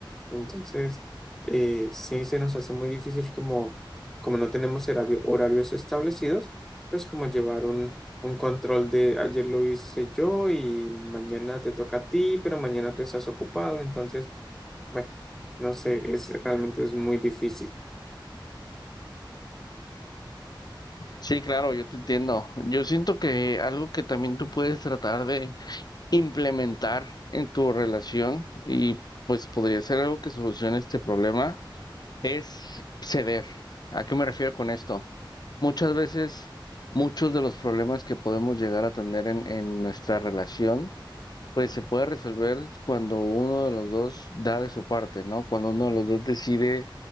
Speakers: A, in the centre; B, on the left.
A: Entonces, eh, sí se nos hace muy difícil como, como no tenemos horario- horarios establecidos, pues como llevar un, un control de ayer lo hice yo y mañana te toca a ti, pero mañana tú estás ocupado. Entonces, bueno, no sé, es realmente es muy difícil.
B: Sí, claro, yo te entiendo. Yo siento que algo que también tú puedes tratar de implementar en tu relación y pues podría ser algo que solucione este problema es ceder. ¿A qué me refiero con esto? Muchas veces, muchos de los problemas que podemos llegar a tener en en nuestra relación Pues se puede resolver cuando uno de los dos da de su parte, ¿no? Cuando uno de los dos decide,